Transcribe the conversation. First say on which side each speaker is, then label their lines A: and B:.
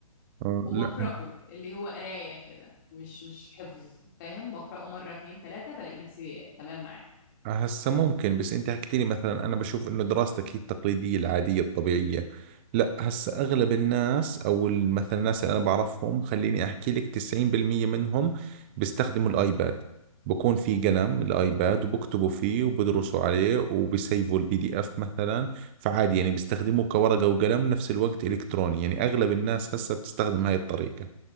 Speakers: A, on the right; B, on the left.
A: آه.
B: وبقراه
A: لا
B: اللي هو قرايه كده مش مش حفظ فاهم بقراه مره اتنين تلاته بلاقي نفسي تمام معاه
A: هسه ممكن بس انت حكيت لي مثلا انا بشوف انه دراستك هي التقليديه العاديه الطبيعيه لا هسه اغلب الناس او ال- مثلا الناس اللي انا بعرفهم خليني احكي لك 90% منهم بيستخدموا الايباد بكون في قلم الايباد وبكتبوا فيه وبدرسوا عليه وبيسيفوا البي دي اف مثلا فعادي يعني بيستخدموه كورقه وقلم نفس الوقت الكتروني يعني اغلب الناس هسه بتستخدم هاي الطريقه